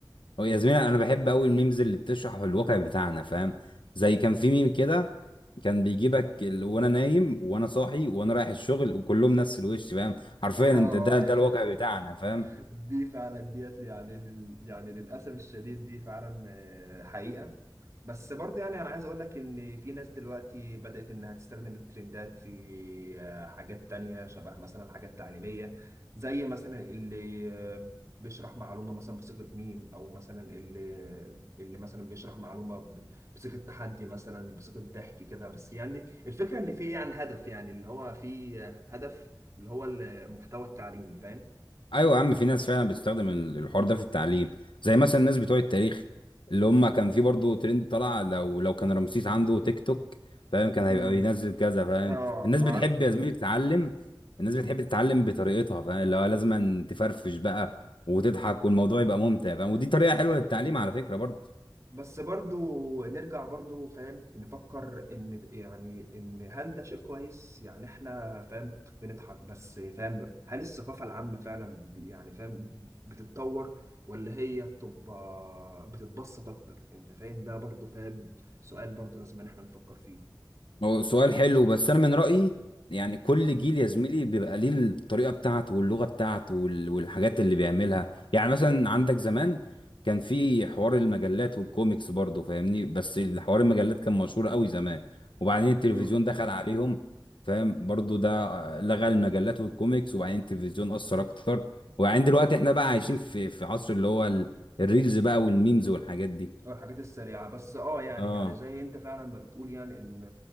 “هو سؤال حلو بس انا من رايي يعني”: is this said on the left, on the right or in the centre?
Left